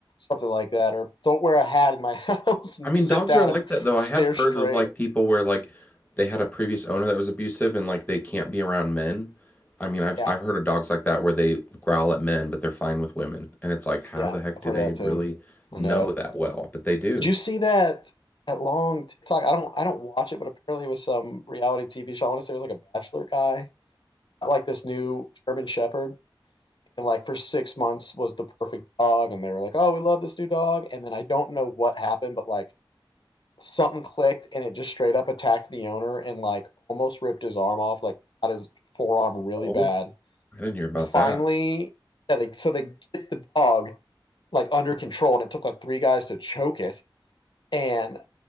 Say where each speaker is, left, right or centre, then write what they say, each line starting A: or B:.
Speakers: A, on the left; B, on the left.
A: something like that, or don't wear a hat in my <laughs> house and
B: I mean,
A: sit
B: dogs
A: down
B: are like
A: and
B: that though. I
A: stare
B: have heard
A: straight
B: of like people where like they had a previous owner that was abusive and like they can't be around men. I mean, I've
A: Yeah,
B: I've heard of dogs like that where they growl at men, but they're fine with women. And it's like, how
A: yeah,
B: the heck
A: I've
B: do
A: heard
B: they
A: of that
B: really
A: too. I
B: know
A: know
B: that well? But they do.
A: it. Did you see that that long TikTok? I don't I don't watch it, but apparently it was some reality TV show. I want to say it was like a bachelor guy, like this new German Shepherd, and like for six months was the perfect dog, and they were like, "Oh, we love this new dog," and then I don't know what happened, but like something clicked, and it just straight up attacked the owner and like almost ripped his arm off, like got his forearm really
B: Oh,
A: bad.
B: I didn't hear about
A: Finally,
B: that.
A: yeah, they, so they get the dog like under control, and it took like three guys to choke it. And